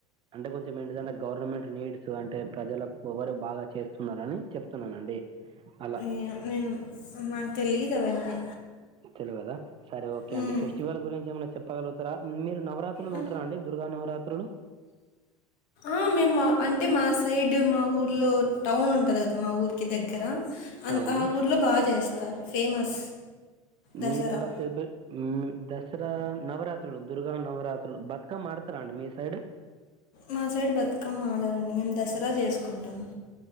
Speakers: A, on the right (about 30°); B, on the left (about 50°).
A: అంటే కొంచం మీఇంటిదాన గవర్నమెంట్ నీడ్సు అంటే ప్రజలక్ కొవరు బాగా చేస్తున్నారని చెప్తున్నానండి అలా
B: నెను నేను మాక్ తెలీదవన్నీ
A: తెల్వద సరే ఓకే
B: హ్మ్.
A: అండి ఫెస్టివల్ గురించి ఏమైనా చెప్పగలుగుతారా మీరు నవరాత్రులుంట్రా
B: ఆ!
A: అండి దుర్గా నవరాత్రులు
B: ఆ మేమ్ మా అంటే మా సైడ్ మా ఊర్లో టౌన్ ఉంటది గదా మా ఊర్కి దెగ్గెర అన్
A: అవును
B: ఆ ఊర్లో బా జేస్తారు ఫేమస్ దసరా
A: మీరలా సేబెల్ మీ దసరా నవరాత్రులు దుర్గా నవరాత్రులు బత్కమ్మ ఆడు తర అండి మీ సైడ్
B: మా సైడ్ బతుకమ్మ ఆడరండి మేమ్ దసరా జేస్కుంటామ్